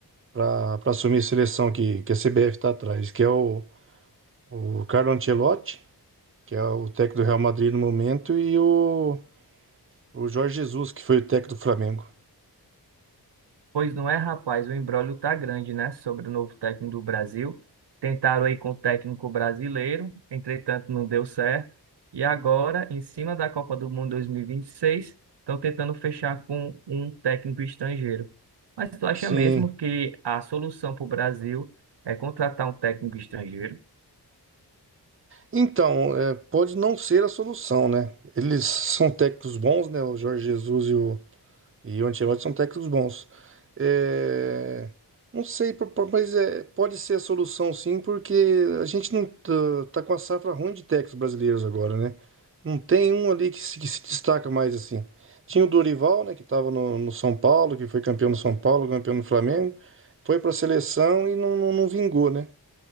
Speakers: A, on the right; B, on the right.
A: para assumir a seleção que, que a CBF tá atrás, que é o, o Carlo Ancelotti, que é o técnico do Real Madrid no momento, e o, o Jorge Jesus, que foi o técnico do Flamengo.
B: Pois não é, rapaz, o imbróglio tá grande, né, sobre o novo técnico do Brasil. Tentaram aí com o técnico brasileiro, entretanto não deu certo. E agora, em cima da Copa do Mundo 2026, estão tentando fechar com um técnico estrangeiro. Mas tu acha
A: Sim,
B: mesmo que a solução para o Brasil é contratar um técnico estrangeiro?
A: Então, é, pode não ser a solução, né? Eles são técnicos bons, né? O Jorge Jesus e o, e o Ancelotti são técnicos bons. É, não sei, por- por- mas é, pode ser a solução sim, porque a gente não tá, tá com a safra ruim de técnicos brasileiros agora, né? Não tem um ali que se, que se destaca mais assim. Tinha o Dorival, né? Que estava no, no São Paulo, que foi campeão no São Paulo, campeão no Flamengo, foi para a seleção e não, não não vingou, né?